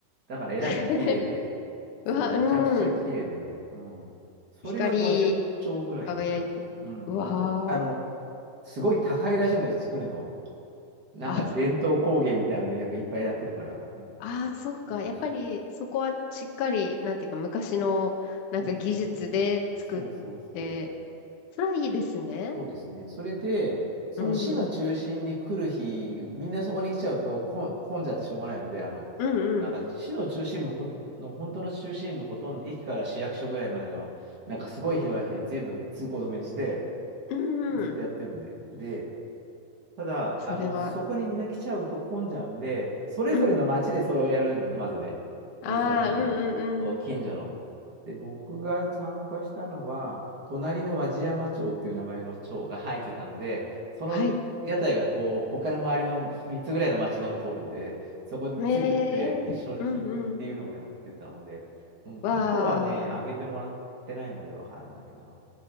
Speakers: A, on the right; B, on the left.
A: だからえらい綺麗で、
B: <laughs> うわ、
A: そう、めちゃくちゃ綺麗でね、
B: うん。
A: うん。それは50兆ぐらいなのかなうん。
B: 光り輝いて。うわー。
A: そう、あの、すごい高いらしいのです作るの。なんか伝統工芸みたいなので、
B: あ、
A: なんかいっぱいやってるから。うん。
B: あー、そうか。
A: そうなんです
B: やっぱりそこはしっかり、なんていうか、昔のなんか技術で作って、
A: そうそうそうそう。そうそうそう。
B: それはいいですね。
A: そうですね。それで、その市の中心に来る日、
B: うん。
A: みんなそこに来ちゃうとこ混んじゃってしょうがないので、あの、
B: うんうん。
A: なんか市の中心部ほの、本当の中心部、ほとんど駅から市役所ぐらいまでの、なんかすごい広い範囲全部通行止めにして、
B: うんうん。
A: ずっとやってるんで。で、ただ、
B: それは、
A: あの、そこにみんな来ちゃうと混んじゃうんで、それぞれの町でそれをやるのね、
B: うん。
A: まずね。
B: ああ、
A: 別の日に。
B: うんうんうん。
A: そう、近所の。で、僕が参加したのは、隣の和地山町っていう名前の町が入ってたので、その屋台がこう、
B: はい。
A: 他の周りの3つぐらいの町の中通るんで、そこについてって、
B: ええうんうん。
A: 一緒に弾くっていうのをやってたので、うん、
B: わあ、
A: タコはね、あげてもらってないのでわかんないな。